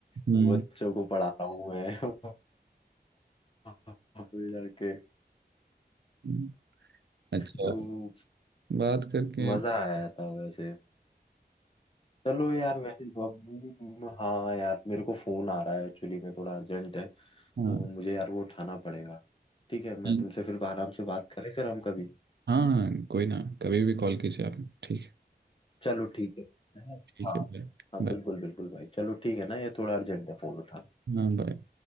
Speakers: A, on the right; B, on the left.
A: हम्म
B: बच्चों को पढ़ा रहा हूँ मैं <laughs> फिर जाके
A: हम्म। अच्छा
B: तो
A: बात करके
B: मजा आया था वैसे चलो यार वैसे बबली हाँ यार मेरे को फोन आ रहा है एक्चुअली में थोड़ा अर्जेंट है तो
A: हाँ
B: मुझे यार वो उठाना पड़ेगा ठीक है मैं
A: ठीक।
B: तुमसे फिर आराम से बात करें फिर हम कभी
A: हाँ हाँ कोई ना कभी भी कॉल कीजिए आप ठीक है
B: चलो ठीक है है ना?
A: ठीक
B: हाँ
A: है बाय
B: हाँ
A: बाय
B: बिल्कुल बिल्कुल भाई चलो ठीक है ना ये थोड़ा अर्जेंट है फोन उठाना
A: हाँ बाय